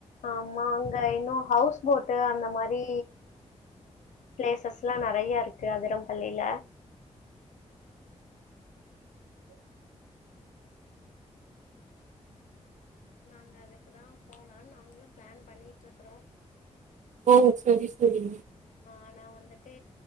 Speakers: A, on the left; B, on the right.
A: ஆமா அங்க இன்னு ஹவுஸ் போட்டு அந்த மாரி ப்ளேசஸ்ல்லா நெறைய இருக்கு அதிரம்பள்ளில நாங்க அதுக்குதா போலான்னு நாங்களு பிளான் பண்ணிட்டுருக்றோ
B: ஓ செரி செரி
A: ஆனா வந்துட்டு